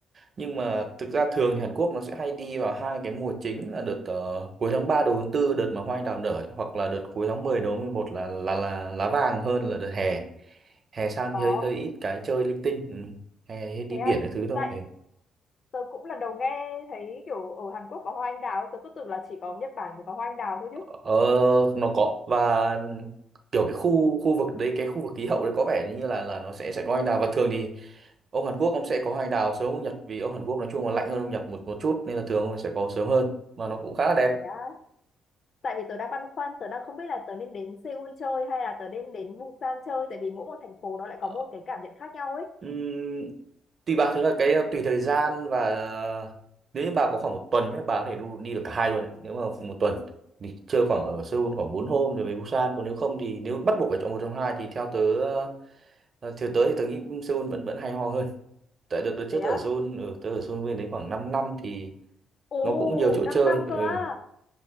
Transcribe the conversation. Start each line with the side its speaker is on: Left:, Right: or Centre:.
Right: nhưng mà thực ra thường thì Hàn Quốc nó sẽ hay đi vào hai cái mùa chính là đợt ờ, cuối tháng 3 đầu tháng tư đợt mà hoa anh đào nở ấy, hoặc là đợt cuối tháng 10 đầu tháng 11 là là là lá vàng hơn là đợt hè hè sang
Left: Ồ
Right: thì hơi hơi ít cái chơi linh tinh ừ. hè đi
Left: thế
Right: biển
Left: à
Right: cái thứ thôi
Left: tại
Right: ừ.
Left: tớ cũng lần đầu nghe thấy kiểu ở Hàn Quốc có hoa anh đào ấy. tớ cứ tưởng là chỉ có Nhật Bản mới có hoa anh đào thôi chứ
Right: Ờ, nó có và kiểu cái khu khu vực đấy cái khu vực khí hậu đấy có vẻ như là là nó sẽ sẽ có hoa anh đào và thường thì ông Hàn Quốc ông sẽ có hoa anh đào sớm hơn Nhật vì ông Hàn Quốc nói chung là lạnh hơn ông Nhật một một chút nên là thường ông ấy sẽ có sớm hơn mà nó cũng khá là đẹp
Left: Thế á, tại vì tớ đang băn khoăn, tớ đang không biết là tớ nên đến Seoul chơi hay là tớ nên đến Busan chơi tại vì mỗi một thành phố nó lại
Right: Ờ,
Left: có một cái cảm nhận khác nhau ấy
Right: ừm, tùy bà thứ là cái ờ, tùy thời gian và nếu như bà có khoảng một tuần nhé bà có thể đu- đi được cả hai luôn đấy nếu mà một tuần thì chơi khoảng ở Seoul khoảng 4 hôm rồi về Busan còn nếu không thì nếu bắt buộc phải chọn một trong hai thì theo tớ ờ, Ờ, Thì tớ thì tớ nghĩ Seoul vẫn vẫn hay ho hơn. Tại đợt đợt trước
Left: Thế á?
Right: tớ ở Seoul, ừ, tớ ở Seoul bên đấy khoảng 5 năm thì
Left: Ồ,
Right: nó cũng nhiều chỗ
Left: 5
Right: chơi.
Left: năm cơ
Right: Ừ.
Left: á.